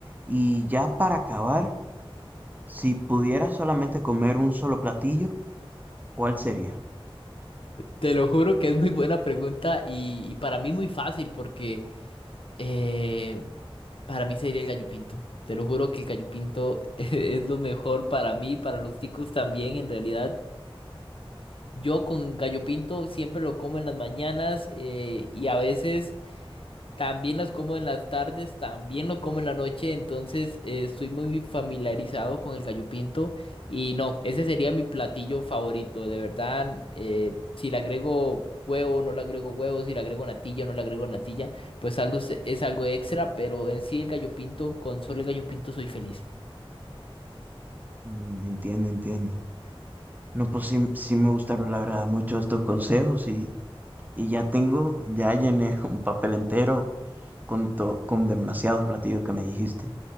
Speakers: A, on the right (about 20°); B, on the left (about 65°).
A: Y ya para acabar, si pudieras solamente comer un solo platillo, ¿cuál sería?
B: Te lo juro que es muy buena pregunta y, y para mí muy fácil porque eh, para mí sería el gallo pinto. Te lo juro que el gallo pinto <laughs> es lo mejor para mí, para los ticos también en realidad. Yo con gallo pinto siempre lo como en las mañanas eh, y a veces... También las como en las tardes, también lo como en la noche, entonces eh, estoy muy familiarizado con el gallo pinto y no, ese sería mi platillo favorito, de verdad, eh, si le agrego huevo, no le agrego huevo, si le agrego natilla, no le agrego natilla, pues algo es, es algo extra, pero en sí el gallo pinto, con solo el gallo pinto soy feliz.
A: Mm, entiendo, entiendo. No, pues sí, sí me gustaron, la verdad, mucho estos consejos Y ya tengo, ya llené un papel entero con, to- con demasiados platillos que me dijiste.